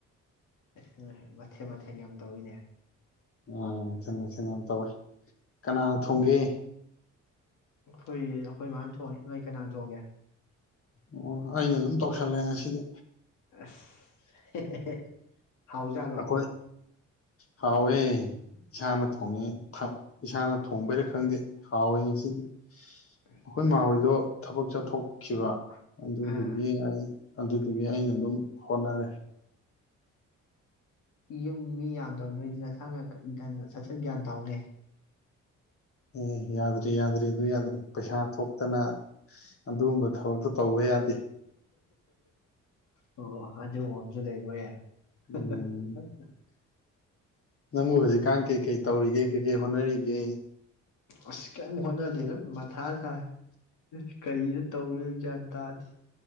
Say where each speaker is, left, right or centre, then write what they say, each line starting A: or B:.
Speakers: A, on the left; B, on the left.
A: ꯑꯁ ꯃꯊꯦꯟ ꯃꯊꯦꯟ ꯌꯥꯝ ꯌꯥꯝ ꯇꯧꯋꯤꯅꯦ
B: ꯑ ꯃꯊꯦꯟ ꯃꯊꯦꯟ ꯌꯥꯝ ꯇꯧꯋꯦ ꯀꯅꯥꯅ ꯊꯣꯡꯒꯦ
A: ꯑꯩꯈꯣꯏ ꯑꯩꯈꯣꯏ ꯃꯥꯅ ꯊꯣꯡꯉꯦ ꯅꯣꯏ ꯀꯅꯥ ꯊꯣꯡꯒꯦ
B: ꯑꯣ ꯑꯩꯅ ꯑꯗꯨꯝ ꯇꯧꯁꯜꯂꯦ ꯉꯁꯤꯗꯤ
A: ꯑꯁ ꯍꯦ ꯍꯦ ꯍꯥꯎꯖꯥꯠꯂꯣ
B: ꯑꯩꯈꯣꯏ ꯍꯥꯎꯋꯦ ꯏꯁꯥꯅ
A: ꯎꯝ
B: ꯊꯣꯡꯉꯦ ꯏꯁꯥꯅ ꯊꯣꯡꯕꯩꯔ ꯈꯪꯗꯦ ꯍꯥꯎꯋꯦ ꯉꯁꯤꯗꯤ
A: ꯎꯝ,
B: ꯑꯩꯈꯣꯏ ꯃꯥꯥꯍꯣꯏꯗꯣ ꯊꯕꯛ ꯆꯠꯊꯣꯛ ꯈꯤ ꯋꯥ ꯑꯗꯨꯗꯨꯒꯤ
A: ꯑꯥ
B: ꯑꯩ ꯑꯗꯨꯗꯨꯒꯤ ꯑꯩꯅ ꯑꯗꯨꯝ ꯍꯣꯠꯅꯔꯦ
A: ꯌꯨꯝ ꯃꯤ ꯌꯥꯝꯗꯕ ꯅꯣꯏꯗꯤ ꯅꯁꯥꯅ ꯁꯠ ꯁꯠ ꯒ꯭ꯌꯥꯟ ꯇꯥꯎꯅꯦ
B: ꯎꯝ ꯌꯥꯗ꯭ꯔꯤ ꯌꯥꯎꯗ꯭ꯔꯔꯤ ꯑꯗꯨ ꯌꯥꯗꯔꯤ ꯄꯩꯁꯥ ꯊꯣꯛꯇꯅ ꯑꯗꯨꯒꯨꯝꯕ ꯊꯕꯛꯇꯣ ꯇꯧꯕ ꯌꯥꯗꯦ
A: ꯑꯣ ꯑꯗꯨꯒꯨꯝꯕ ꯑꯃꯁꯨ ꯂꯩꯕꯣꯏꯌꯥ <unintelligible>
B: ꯎꯝ ꯅꯪꯕꯨ ꯍꯧꯖꯤꯛꯀꯥꯟ ꯀꯩꯀꯩ ꯇꯧꯔꯤꯒꯦ ꯀꯩꯀꯩ ꯍꯣꯠꯅꯔꯤꯒꯦ
A: ꯑꯁ ꯀꯔꯤꯝ ꯍꯣꯠꯅꯗꯦ ꯑ ꯃꯊꯥ ꯁꯥꯏ ꯀꯔꯤꯅꯣ ꯇꯧꯗꯣꯏꯁꯦ ꯒ꯭ꯌꯥꯟ ꯇꯥꯗꯦ